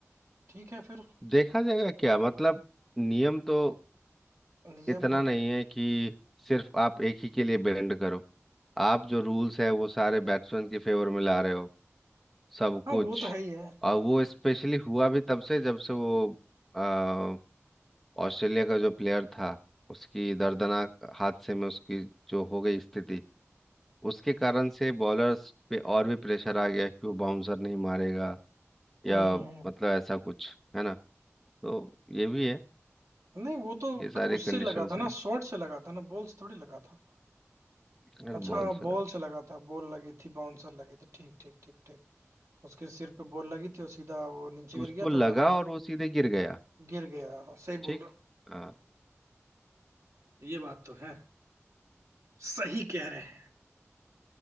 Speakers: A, on the right; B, in the centre.
A: ठीक है फिर
B: देखा जाएगा क्या मतलब नियम तो
A: नियम
B: इतना
A: है
B: नहीं है कि सिर्फ आप एक ही के लिए बेंड करो आप जो रूल्स है वो सारे बैट्समैन के फेवर में ला रहे हो सब
A: हाँ
B: कुछ
A: वो तो है ही है
B: और वो स्पेशली हुआ भी तब से जब से वो अ, ऑस्ट्रेलिया का जो प्लेयर था उसकी दर्दनाक हादसे में उसकी जो हो गई स्थिति उसके कारण से बॉलर्स पे और भी प्रेशर आ गया कि वो बाउंसर नहीं मारेगा या
A: हम्म हम्म, हम्म।
B: मतलब ऐसा कुछ है ना तो ये भी है
A: नहीं वो तो
B: ये सारे
A: उससे
B: कंडीशंस
A: लगा था
B: हैं
A: ना शॉट से लगा था ना बॉल से थोड़ी लगा था
B: अरे
A: अच्छा
B: बॉल
A: हाँ,
B: से
A: बॉल
B: लगा
A: से लगा था बॉल लगी थी बाउंसर लगी थी ठीक ठीक ठीक ठीक उसके सिर पे बॉल लगी थी और सीधा वो नीचे
B: तो
A: गिर
B: उसको
A: गया
B: लगा
A: था और
B: और वो सीधे गिर गया
A: गिर गया हाँ, सही
B: ठीक
A: बोल रहे
B: हाँ
A: हो ये बात तो है सही कह रहे हैं